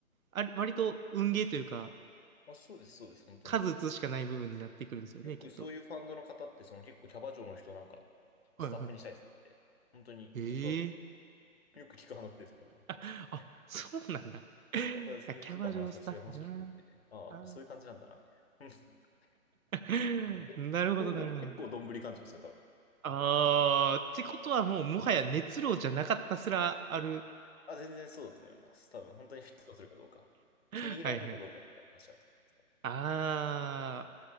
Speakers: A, on the right; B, on the left.
A: あ割と運ゲーというか、
B: まあそうです、そうです、本当に。
A: 数打つしかない部分になってくるんですよね、
B: よくそういうファンドの方ってその結構キャバ嬢の人なんかスタッフにしたりするんで、
A: きっと。はいはい。
B: 本当に適当だと思いま
A: ええ
B: す。よく聞く話ですから、
A: あ、
B: なんか、
A: あ、そうなんだ。
B: <laughs>
A: いやキャバ嬢スタッフな。
B: やっぱそういう人と話はそういう話聞くんで、ああ、
A: あ
B: やっぱそういう感じなんだな、みたいな。<laughs>
A: ー
B: うん結構、
A: <laughs> なるほど、なるほど。
B: 結構どんぶり感情ですよ、多分。
A: ああ、ってことはもう、もはや熱量じゃなかったすらある
B: あ、全然そうだと思います。多分、本当にフィットするかどうか。
A: <laughs>
B: 気に入られるかどうかみたいな話だと思います。
A: はいはい。あ